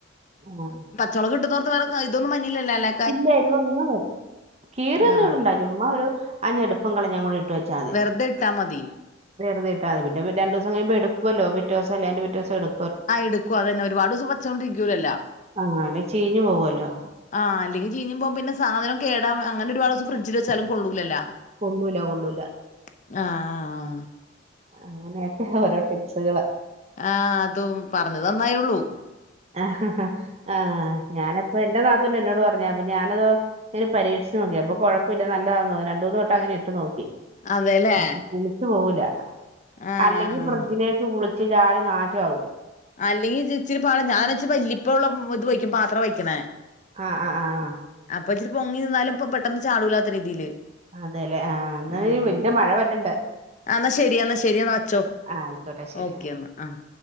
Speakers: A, on the right; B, on the left.
A: ആഹ്
B: ചൊള കിട്ടുന്നോർ വേ ഇതന്നും വന്നില്ലല്ല അല്ലേ
A: ഇല്ലാ എരിവെനുംവരില്ല കീറി ഒന്നും
B: ആഹ്
A: ഇടെണ്ടാ ചുമ്മ ഒരു ആ ഞെടുപ്പും കളഞ് കൂടി ഇട്ട് വെച്ചാൽ മതി
B: വെറുതെ ഇട്ടാ മതി
A: വെറുതെ ഇട്ട മതി പിന്നെ രണ്ട് ദിവം കഴുമ്പോ എടുക്കുവല്ലോ പിറ്റേ ദിവസം. അല്ല അയിന്റെ. പിറ്റേ. ദിവസം എടു
B: ആഹ് എടുക്കും അതെന്നെ ഒരുപാട് ദിവസം വച്ചൊണ്ടിരിക്കുവൂലല്ലോ
A: ആഹ് അല്ലേ ചീഞ്ഞു പോവല്ലോ
B: ആ അല്ലെങ്കിൽ ചീഞ് പേമ്പോ പിന്നെ സാധനം കേടാക്കും അങ്ങന ഒരുപാട് ദിവസം ഫ്രഡ്ജിൽ വച്ചാല് കൊള്ളു ലല്ലോ
A: കൊള്ളൂല കൊള്ളൂല
B: ആഹ് ആഹ് ആഹ്
A: അങ്ങനെയൊക്കെ ഓരോ ടിപ്സുകള്
B: ആഹ് അതും പറഞ്ഞത് നന്നായെള്ളൂ
A: ആ ഞാന് അപ്പം എന്റെ നാത്തൂൻ എന്നോട് പറഞ്ഞു അപ്പൊ ഞാന് അതോ ഇങ്ങെനെ പരീക്ഷിച്ചു നോക്കി അപ്പം കൊഴപ്പില്ല നല്ലതാ തോനി രണ്ട മൂന്ന് വട്ടം അങ്ങനെ ഇട്ട് നോക്കി
B: അതെല്ലേ
A: അപ്പം പുളിച്ചു പോവുല
B: ആഹ്
A: അല്ലെങ്കിൽ ഫ്രിഡ്ജിലേക്ക് പുളി ച്ച് ചാടി നാശമാവും
B: അല്ലെങ്കിൽ ഇച്ചിരി ഞാൻ വല്പ്പ ഉള്ള പത്രം ഇത് വയ്ക്കും പാത്രം വയ്ക്കണേ
A: ആഹ് ആഹ് ആഹ് ആഹ്
B: അപ്പൊ ഇിചിരി പൊങ്ങി നിന്നാലും ഇപ്പൊ പെട്ടെന്ന് ചാടൂല്ലാത്ത രീതിയില്
A: അതെല്ലെ ആഹ് ആഹ് എന്ന
B: ഉം
A: വല്യ മഴ വരുന്നുണ്ട്
B: എന്നാ ശരി എന്നാ ശരി എന്നാ വെച്ചോ
A: ആയിക്കോട്ടെ ശരി
B: ഓക്കെ എന്നാ ആഹ്